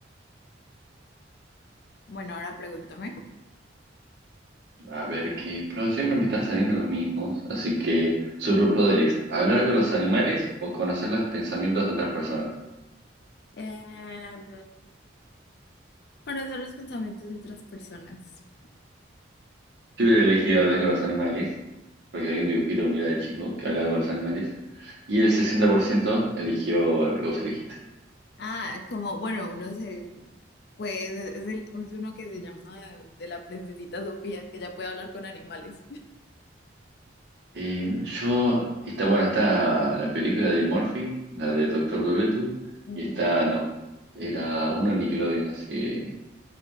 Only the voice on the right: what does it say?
A ver qué... Pero siempre me están saliendo los mismos. Así que superpoderes. Hablar con los animales o conocer los pensamientos de otras personas.
Yo hubiera elegido hablar con los animales, porque hay un dibujito, mira, de chico que hablaba con los animales, y el 60% eligió lo que vos elegiste.
Eh, yo, está bueno, está la película de Murphy, la de Doctor Dolittle,
y está, no, era uno de Nickelodeon, así,